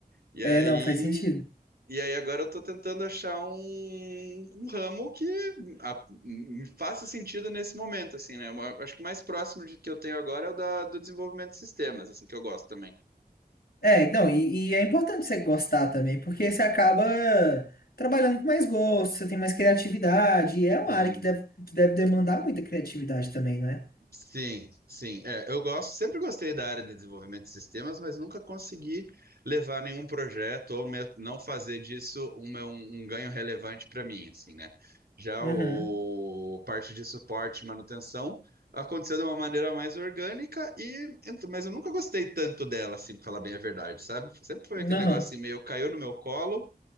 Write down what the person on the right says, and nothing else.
E
aí,
e aí agora eu tô tentando achar um, um ramo que a- me faça sentido nesse momento, assim, né? Eu Acho que o mais próximo de, que eu tenho agora é o da, do desenvolvimento de sistemas, assim, que eu gosto também.
Sim.
Sim, sim. É, eu gosto, sempre gostei da área de desenvolvimento de sistemas, mas nunca consegui levar nenhum projeto ou mesmo não fazer disso um, meu- um um ganho relevante para mim, assim, né? Já
o parte de suporte e manutenção aconteceu de uma maneira mais orgânica e, ent- mas eu nunca gostei tanto dela, assim, para falar bem a verdade, sabe? Sempre foi aquele
negócio assim, meio caiu no meu colo